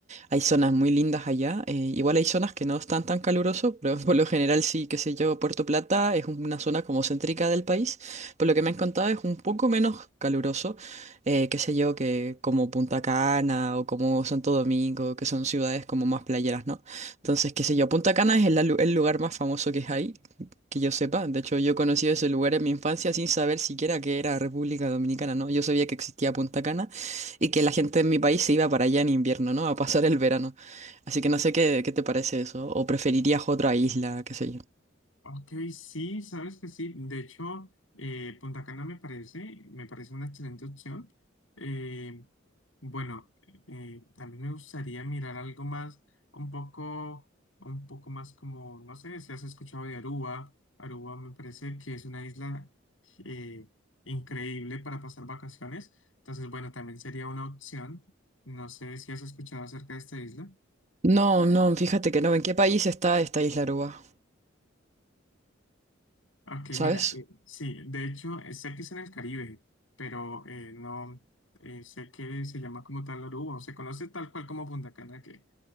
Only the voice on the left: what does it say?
Ok, sí, sabes que sí. De hecho, eh, Punta Cana me parece, me parece una excelente opción. Eh, bueno, eh, también me gustaría mirar algo más, un poco, un poco más como, no sé, si has escuchado de Aruba. Aruba me parece que es una isla eh, increíble para pasar vacaciones. Entonces, bueno, también sería una opción. No sé si has escuchado acerca de esta isla.
Ok,
mira, eh, sí, de hecho, eh, sé que es en el Caribe, pero eh, no eh, sé que se llama como tal Aruba, o se conoce tal cual como Punta Cana, que,